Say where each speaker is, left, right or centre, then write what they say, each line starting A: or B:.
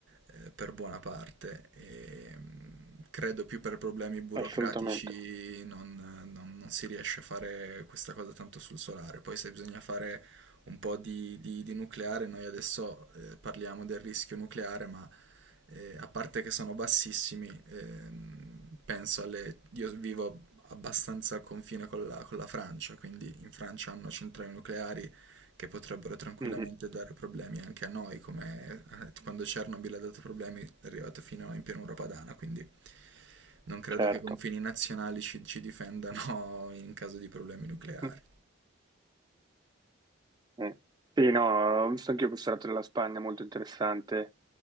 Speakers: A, on the right; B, on the right.
A: eh, per buona parte e mh, credo più per problemi burocratici
B: Assolutamente,
A: non, non- non si riesce a fare questa cosa tanto sul solare. Poi se bisogna fare un po' di, di- di nucleare, noi adesso eh, parliamo del rischio nucleare, ma eh, a parte che sono bassissimi, ehm, penso alle... Io vivo abbastanza al confine con la, con la Francia, quindi in Francia hanno centrali nucleari che potrebbero tranquillamente
B: Mhm,
A: dare problemi anche a noi, come eh, quando Chernobyl ha dato problemi, è arrivato fino in pianura padana, quindi non credo
B: certo.
A: che i confini nazionali ci, ci difendano <laughs> in caso di problemi nucleari.
B: Mhm. Eh. Sì, no, ho visto anch'io questo lato della Spagna, molto interessante,